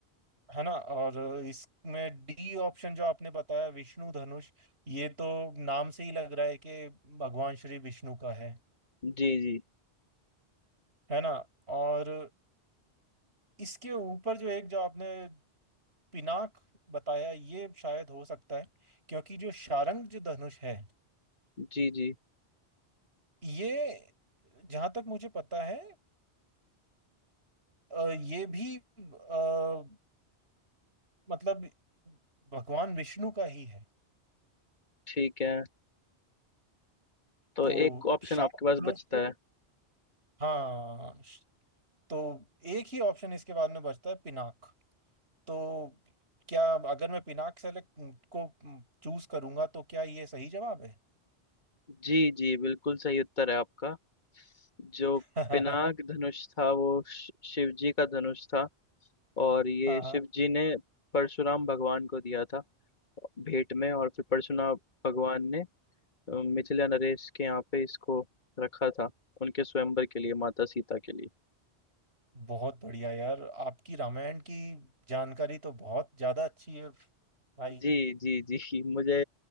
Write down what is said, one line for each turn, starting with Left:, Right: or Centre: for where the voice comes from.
Right: है ना और इसमें डी ऑप्शन जो आपने बताया विष्णु धनुष ये तो नाम से ही लग रहा है कि भगवान श्री विष्णु का है
Left: जी जी
Right: है ना और इसके ऊपर जो एक जो आपने पिनाक बताया ये शायद हो सकता है क्योंकि जो शारंग जो धनुष है
Left: जी जी
Right: ये जहां तक मुझे पता है अ, ये भी अ, मतलब भगवान विष्णु का ही है
Left: ठीक है तो
Right: तो
Left: एक ऑप्शन
Right: शारंग
Left: आपके पास
Right: धनुष
Left: बचता
Right: के
Left: है
Right: हाँ तो एक ही ऑप्शन इसके बाद में बचता है पिनाक तो क्या अगर मैं पिनाक सेलेक्ट को चूज करूंगा तो क्या ये सही जवाब है
Left: जी जी बिल्कुल सही उत्तर है आपका जो
Right: <laughs> हाँ
Left: पिनाक धनुष था वो शि- शिव जी का धनुष था और ये
Right: हाँ
Left: शिव जी ने परशुराम भगवान को दिया था भेंट में और फिर परशुराम भगवान ने अ, मिथिला नरेश के यहाँ पे इसको रखा था उनके स्वयंवर के लिए माता सीता के लिए
Right: बहुत बढ़िया यार आपकी रामायण की जानकारी तो बहुत ज्यादा अच्छी है भाई
Left: जी जी जी <laughs> मुझे